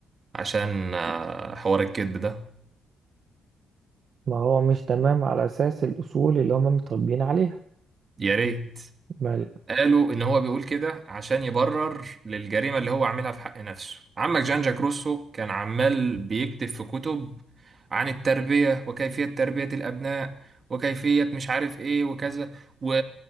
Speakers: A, on the right; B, on the right.
A: عشان آه، حوار الكذب ده
B: ما هو مش تمام على اساس الاصول اللي هما متربيين عليها
A: يا ريت
B: بل
A: قالوا ان هو بيقول كده عشان يبرر للجريمه اللي هو عاملها في حق نفسه عمك جان جاك روسو كان عمال بيكتب في كتب عن التربيه وكيفيه تربيه الابناء وكيفيه مش عارف ايه وكذا و...